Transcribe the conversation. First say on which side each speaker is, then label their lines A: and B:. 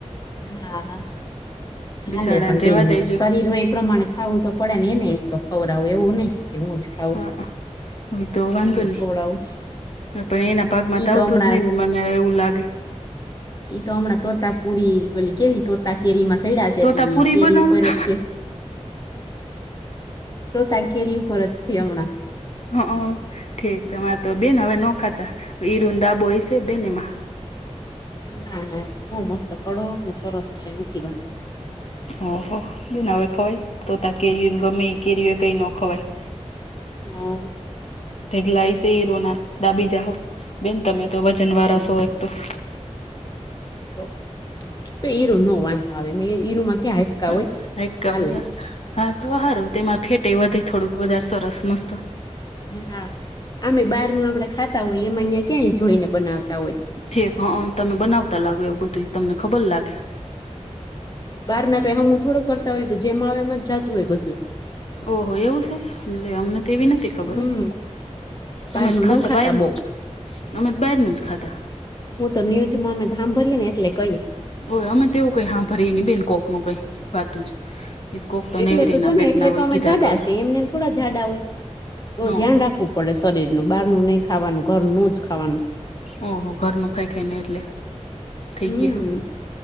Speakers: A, on the left; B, on the left.
A: હા હા
B: બિસાડાને
A: હાલે પણ
B: રેવા
A: બેન
B: દેજો
A: શરીર હો એ પ્રમાણે- ખાવું તો પડે ને ને એને એમ તો ખવરાવુ એવું નઈ- કે હું જ ખઉં
B: હા એ તો વાંધો
A: એનેય ખવડાવું-
B: પણ એના ભાગમાં
A: ઈ
B: તો આવતું
A: હમણાં
B: જ નહી મને એવું લાગે-
A: ઈ તો હમણાં તોતા પુરી ઓલી કેવી તોતા કેરીમાં- હઈરા છે,
B: તો ત પૂરી
A: કેરી
B: બનાવો
A: ઉપર
B: હ
A: જ છે. તોતા કેરી ઉપર જ છે હમણાં-
B: હ ઠીક તમારે તો બેન હવે ન ખાતા, ઈરું નો દાબો હશે. બેન એમાં-
A: ના ના બહુ મસ્ત નેકડક ને સરસ છે નથી વાંધ-
B: ઓહો! બેનહવે ખવાય? તોતા કેરીયને ગમેઇ કેરી એકેય નોખવાય- <inaudible>
A: હમ...
B: ઢઈગલા ઈરો ના દાબી જા હો, બેન તમે તો વજન વાળા છો
A: હમ
B: એક તો-
A: તો તો ઈરું માં ન વાંધો આવે. ઈરુમાં ક્યાં હાડકાં
B: હા
A: હોય?
B: હાડકા
A: હાલે-
B: બધા હા તો સારું! તેમાં ફેટે વધે થોડુંક વધારે સરસ.. મસ્ત
A: હા આમે બહાર નું આપડે ખાતા હોય, એમાં ન્યા ક્યાં એ જોઈને બનાવતા હોય.
B: ઠીક હ તમે બનાવતા લાગો એવું બધું. તમને ખબર લાગે-
A: બાર ના કંઈ સમૂ થોડું કરતા હોય. એતો જેમ આવે એમ જ જતું હોય બધું-
B: ઓહો! એવું છે લે અમને તેવી નથી- ખબર
A: હમ
B: હોય.
A: બહાર
B: અમે તો
A: નું
B: ખાતા
A: ન
B: બહારનું
A: બઉ
B: જ અમે તો બારનું જ ખાતા-
A: હું તો ન્યૂઝમાં અમે તો સાભરીએ ને એટલે કહીએ-
B: ઓ અમે તેવું કંઈ સાંભરી એ નય. બેન કોક નું કંઈ વાતું જ- એ કોક
A: એટલે
B: નેવરી
A: તો
B: ના
A: જો ને
B: પેટ
A: એટલે
B: ના હોય
A: તો અમે
B: કીધા
A: જાડા
B: કરે
A: છીએ. એમ નેમ થોડા જાડા હોય બઉ
B: ઓહો
A: ધ્યાન રાખવું. રાખવું પડે શરીરનું બહારનું નહીં ખાવાનું. ઘર નું જ ખાવાનું-
B: ઓહ ઘરનું ખાઈ ખાઈને એટલે થઈ
A: હમ
B: ગયો-